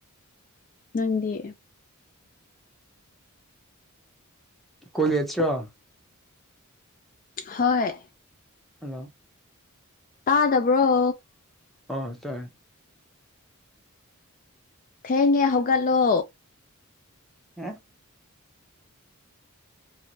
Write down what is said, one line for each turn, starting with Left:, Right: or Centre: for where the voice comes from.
Left: ꯅꯪꯗꯤ
Centre: ꯀꯣꯂꯦꯠꯁꯔꯣ
Left: ꯍꯣꯏ
Centre: ꯍꯜꯂꯣ
Left: ꯇꯥꯗꯕ꯭ꯔꯣ
Centre: ꯑꯥ ꯇꯥꯢꯌꯦ
Left: ꯊꯦꯡꯉꯦ ꯍꯧꯒꯠꯂꯣ
Centre: <unintelligible>